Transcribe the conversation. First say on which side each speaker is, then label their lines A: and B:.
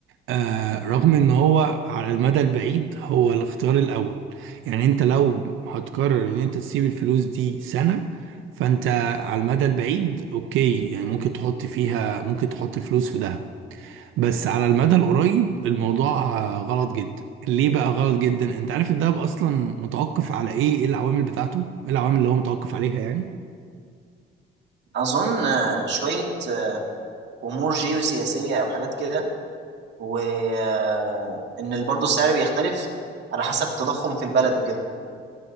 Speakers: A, on the right; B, on the right.
A: آه رغم ان هو على المدى البعيد هو الاختيار الاول يعني انت لو هتقرر ان انت تسيب الفلوس دي سنة فانت على المدى البعيد اوكي يعني ممكن تحط فيها ممكن تحط الفلوس في دهب بس على المدى القريب الموضوع آه، غلط جدا ليه بقى غلط جدا انت عارف الدهب اصلا متوقف على ايه ايه العوامل بتاعته ايه العوامل اللي هو متوقف عليها يعني
B: اظن آه، شويه آه، امور جيوسياسيه او حاجات كده وان برضه السعر بيختلف على حسب التضخم في البلد وكده